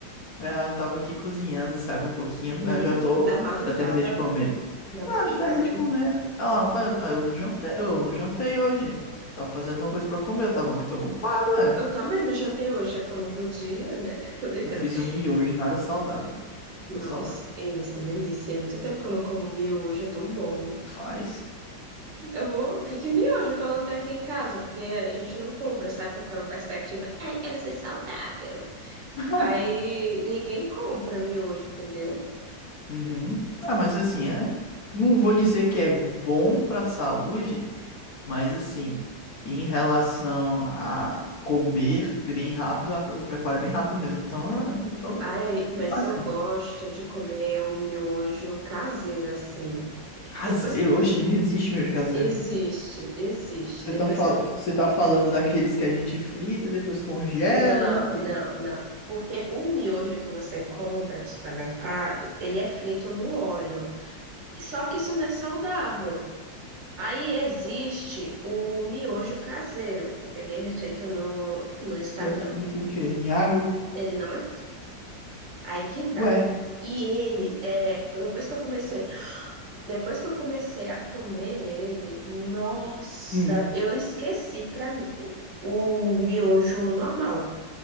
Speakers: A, on the left; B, on the right.
A: É, eu tava aqui cozinhando, sabe, um pouquinho.
B: Hum,
A: Eu já tô.
B: Na madrugada,
A: Já terminei de comer.
B: na madrugada.
A: Ah, já terminei de comer. Ah, fa- fa- eu não jantei, eu não jantei hoje. Tava fazendo alguma coisa pra eu comer, eu tava muito ocupado, é.
B: Eu também não jantei hoje, é que é um novo dia, né? <laughs> Tô brincando.
A: Eu fiz um miojo, nada saudável. Nada
B: Nossa,
A: saudável.
B: ei, mas que delícia. É muito tempo que eu não como miojo, é tão bom.
A: Faz.
B: Eu vou... O que que é miojo que eu não tenho aqui em casa? Porque a gente não compra, sabe? Com aquela perspectiva, é, eu vou ser saudável.
A: <laughs>
B: Aí ninguém compra miojo, entendeu?
A: Uhum. Ah, mas assim, é. Não vou dizer que é bom pra saúde. Mas assim, em relação a comer bem rápido, a- o preparo é bem rápido mesmo. Então, ah, eu tô
B: Ai, mas
A: é quase
B: eu gosto de comer o miojo caseiro, assim.
A: caseiro.
B: Depois,
A: Oxe, não existe mesmo caseiro.
B: existe, existe.
A: Você
B: Depois
A: tá, fal...
B: que eu...
A: Você tá falando daqueles que a gente frita, depois congela,
B: Não, não,
A: aí
B: não. Porque o miojo que você compra no supermercado, ele é frito no óleo. Só que isso não é saudável. Aí existe o miojo caseiro, que eu peguei a receita no, no Instagram.
A: que é frito em quê? Em água?
B: Ele não é frito. Aí que tá.
A: Ué.
B: E ele, é, depois que eu comecei Depois que eu comecei a comer ele, nossa,
A: Hum.
B: eu esqueci pra mim o miojo normal.